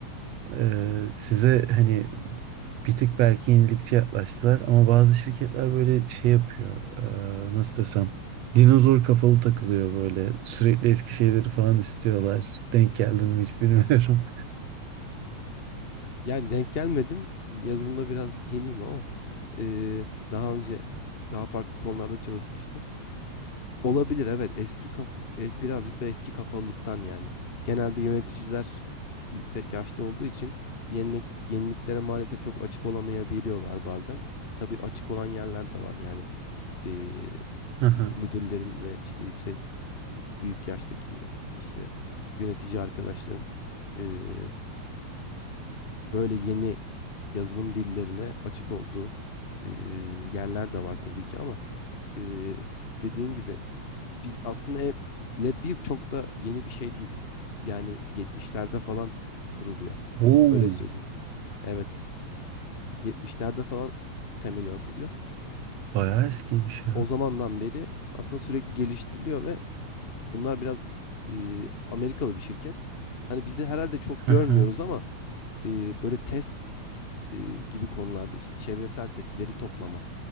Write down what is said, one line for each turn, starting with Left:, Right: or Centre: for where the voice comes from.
Right: e, size hani bir tık belki yenilikçi yaklaştılar ama bazı şirketler böyle şey yapıyor. e, nasıl desem? Dinozor kafalı takılıyor böyle. Sürekli eski şeyleri falan istiyorlar. Denk geldin mi hiç bilmiyorum.
Left: Yani denk gelmedim. Yazılımda birazcık yeniyim ama eee, daha önce daha farklı konularda çalışmıştım. Olabilir evet. Eski kaf e, birazcık da eski kafalılıktan yani. Genelde yöneticiler yüksek yaşta olduğu için yenilik yeniliklere maalesef çok açık olamayabiliyorlar bazen. Tabii açık olan yerler de var yani. Ee,
Right: <laughs>
Left: müdürlerin ve işte yüksek büyük yaştaki işte yönetici arkadaşların ee, böyle yeni yazılım dillerine açık olduğu ee, yerler de var tabii ki ama ee, dediğin gibi biz aslında e- Lab çok da yeni bir şey değil. Yani yetmişlerde falan kuruluyor.
Right: Oo,
Left: Öyle söyleyeyim. Evet. yetmişlerde falan temeli atılıyor.
Right: bayağı eskiymiş ya.
Left: O zamandan beri aslında sürekli geliştiriliyor ve bunlar biraz e, Amerikalı bir şirket. Hani bizi herhalde çok
Right: Hı
Left: görmüyoruz
Right: hı.
Left: ama e, böyle test e, gibi konularda işte çevresel test, veri toplama